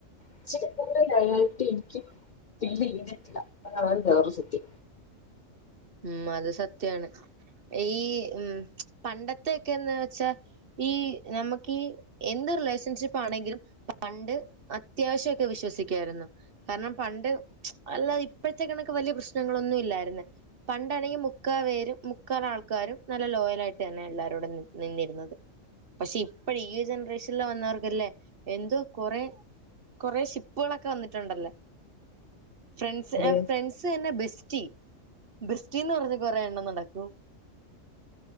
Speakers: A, on the left; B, on the right.
A: ഇച്ചരി പോലും ലയാലിറ്റി എനിക്ക് ഫില്ല് ചെയ്തിട്ടില്ല അതാണ് വേറൊരുസത്യം
B: ഉം അത് സത്യാണ് ഈ ഉം മ്ച്ച് പണ്ടത്തെയെക്കേന്ന് വെച്ചാ ഈ നമക്ക് ഈ എന്ത് റിലേഷൻഷിപ്പാണെങ്കിലും പണ്ട് അ ത്യാവശ്യ ഒക്കെ വിശ്വസിക്കായിരുന്നു കാരണം പണ്ട് മ്ച്ച് അല്ലാതെ ഇപ്പഴത്തെ കണക്ക് വലിയ പ്രശ്നങ്ങളൊന്നും ഇല്ലായിരുന്നെ പണ്ടാണെങ്കി മുക്കാ വേരും മുക്കാൽ ആൾക്കാരും നല്ല ലോയലായിട്ട് തന്നെ എല്ലാരോടും ന് നിന്നിരുന്നത് പക്ഷെ ഇപ്പഴ്‌ ഈ ജനറേഷനിൽ വന്നവർക്കല്ലേ എന്തോ കൊറേ കൊറേ ഷിപ്പുകളൊക്കെ വന്നിട്ടുണ്ടല്ലേ ഫ്രണ്ട്സ്
A: എവിടെയോ
B: ഏ ഫ്രണ്ട്സ് തന്നെ ബെസ് റ്റി ബസ് റ്റീന്ന് പറഞ്ഞ് കൊറേ എണ്ണം നടക്കും <inaudible>